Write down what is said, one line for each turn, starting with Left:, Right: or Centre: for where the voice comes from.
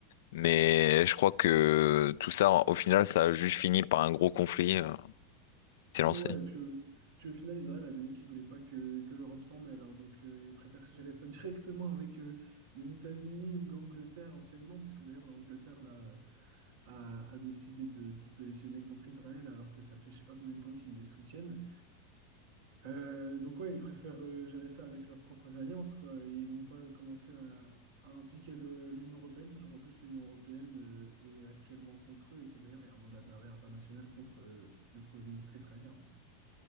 Left: Mais je crois que tout ça, au final, ça a juste fini par un gros conflit euh, qui s'est lancé.
Right: Ouais, et puis, euh, puis au final, Israël avait dit qu'il voulait pas que, que l'Europe s'en mêle. hein. donc, euh, il préfère gérer ça <laughs> directement avec euh, les États-Unis ou l'Angleterre anciennement, parce que d'ailleurs, l'Angleterre là, euh, a, a décidé de, de se positionner contre Israël, alors que ça fait je sais pas combien de temps qu'ils les soutiennent. Euh, donc ouais, ils préfèrent euh, gérer ça avec leurs propres alliances, quoi. Ils vont pas commencer à, à impliquer le- l'Union européenne, sachant qu'en plus l'Union européenne euh, est actuellement contre eux et que d'ailleurs il y a un mandat d'arrêt international contre euh, le, le Premier ministre israélien. hein.